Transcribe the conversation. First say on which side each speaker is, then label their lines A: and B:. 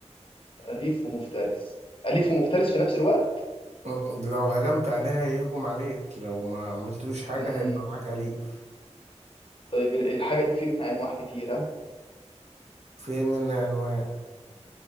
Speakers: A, on the left (about 50°); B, on the right (about 70°).
A: أليف ومفترس أليف ومفترس في نفس الوقت
B: م- لو هجمت عليها يهجم عليك لو ما عملتلوش حاجة
A: مم.
B: هيبقى معاك أليف
A: طيب الحاجة دي في منها أنواع كتيرة
B: في منها أنواع